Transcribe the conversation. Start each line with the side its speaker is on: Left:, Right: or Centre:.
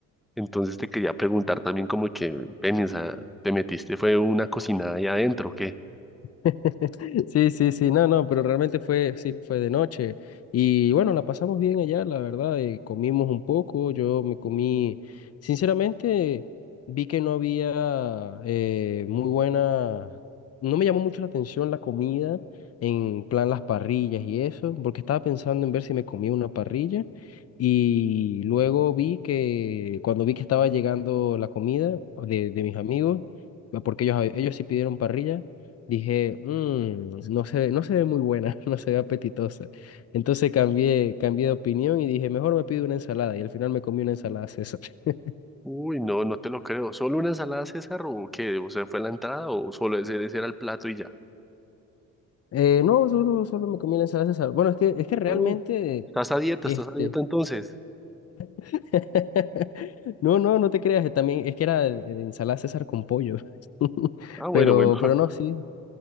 Centre: Entonces te quería preguntar también como que, ven, esa, te metiste, fue una cocinada ahí adentro, ¿o ¿qué?
Left: <laughs> Sí, sí, sí, no, no, pero realmente fue, sí, fue de noche. Y bueno, la pasamos bien allá, la verdad, eh, comimos un poco, yo me comí, sinceramente, vi que no había eh, muy buena, no me llamó mucho la atención la comida, en plan las parrillas y eso, porque estaba pensando en ver si me comía una parrilla. Y luego vi que, cuando vi que estaba llegando la comida de, de mis amigos, porque ellos, ellos sí pidieron parrilla. Dije, "Mm, no se, no se ve muy buena, <laughs> no se ve apetitosa. Entonces cambié, cambié de opinión y dije, mejor me pido una ensalada. Y al final me comí una ensalada César. <laughs>
Centre: Uy, no, no te lo creo. ¿Solo una ensalada César o qué? ¿O sea, fue la entrada o solo ese, ese era el plato y ya?
Left: Eh, no, solo, solo me comí la ensalada César. Bueno, es que, es que realmente,
Centre: Oh, ¿estás a dieta?
Left: este...
Centre: ¿Estás a dieta entonces?
Left: <laughs> No, no, no te creas, eh, también es que era de, de ensalada César con pollo. <laughs>
Centre: Ah, bueno,
Left: Pero,
Centre: bueno. <laughs>
Left: pero no, sí,